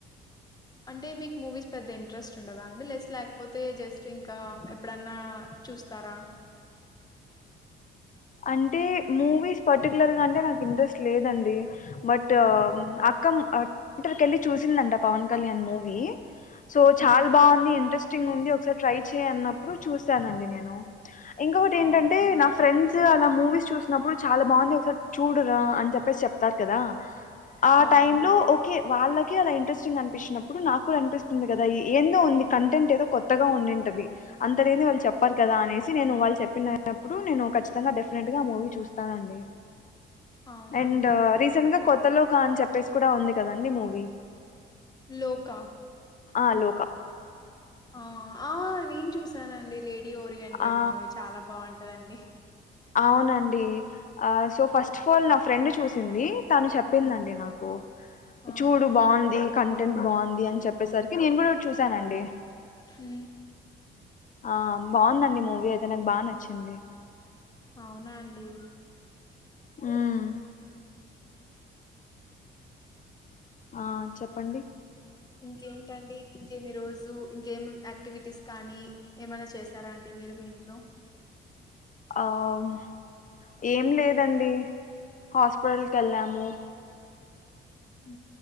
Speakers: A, on the left; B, on the left.
A: అంటే మీకు మూవీస్ పెద్ద ఇంట్రెస్ట్ ఉండదా అండి లెస్ లేకపోతే జస్ట్ ఇంకా ఎప్పుడన్నా చూస్తారా
B: అంటే మూవీస్ పట్ పర్టికులర్ గా అంటే నాకు ఇంట్రెస్ట్ లేదండి డి బట్
A: హ్మ్.
B: అక్కం అట్టర్ కెళ్ళి చూసిందంట పవన్ కళ్యాణ్ మూవీ సో
A: హ్మ్.
B: చాలా బాగుంది ఇంట్రెస్ట్ ఇంట్రెస్టింగ్ ఉంది ఒకసారి ట్రై చేయ్ అన్నప్పుడు చూశానండి నేను ఇంకొకటి ఏంటంటే
A: అవునా అండి
B: నా ఫ్రెండ్స్ అలా మూవీస్ చూసినప్పుడు చాలా బాగుంది ఒకసారి చూడరా అని చెప్పేసి చెప్తారు కదా ఆ
A: అవునండి
B: టైం లో ఓకే వాళ్ళ <unintelligible> ఇంట్రెస్టింగ్ అని పిచ్చినపుడు నాకు కూడా అనిపిస్తుంది కదా ఏందొ ఉంది కంటెంట్ ఏదో కొత్తగా ఉన్నింటది అంత లేందేవాళ్ళు చెప్పారు కదా అనేసి నేను చెప్పుడు నేను ఖచ్చి కచ్చితంగా డెఫినెట్ గా మూవీ చూస్తానండి
A: అవునా
B: అండ్
A: అండి
B: రీసెంట్గా కొత్ లోకా అని చెప్పేసి కూడా ఉంది కదండి మూవీ
A: లోకా
B: ఆ లోక
A: ఆ ఆ నేను చూసానండి లే డి ఓరియంటెడ్
B: ఆ
A: మూవీ చాలా బాగుంటందండి
B: అవున డి సో ఫస్ట్ ఆఫ్ ఆల్ నా ఫ్రెండ్ చూసింది తను చెప్పిందండి
A: హ్మ్
B: నాకు
A: ఆ
B: చూడు బాగుంది కంటెంట్ బాగుంది అని చెప్పేసరికి నేను కూడా చూ ఇస్తానండి
A: హ
B: ఆ బాగుందండి మూవీ మూవి అయితే నాకు బాగా నచ్చింది
A: అవునా అండి
B: హమ్ ఆ చెప్పండి
A: ఇంకేంటండి ఇంకేమి రోజు ఇంకేమి యాక్టివిటీస్ కానీ ఏమైనా చేసారా అండి మీరు మీ ఇంట్లో
B: ఆవు ఏం లేదండి హాస్పిటల్కి వెళ్ళాము
A: హ